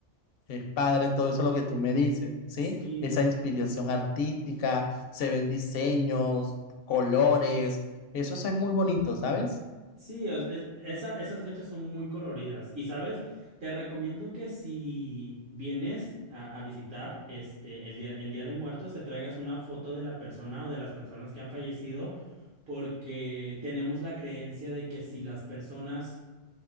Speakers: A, on the left; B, on the right.
A: Es padre todo eso lo que tú me dices, ¿sí?
B: Sí,
A: Esa inspiración artística, se ven diseños, colores, eso es muy bonito, ¿sabes?
B: sí, es- es- esa- esas fechas son muy coloridas. Y sabes, te recomiendo que si vienes a, a visitar este el día, en Día de Muertos, te traigas una foto de la persona o de las personas que han fallecido, porque tenemos la creencia de que si las personas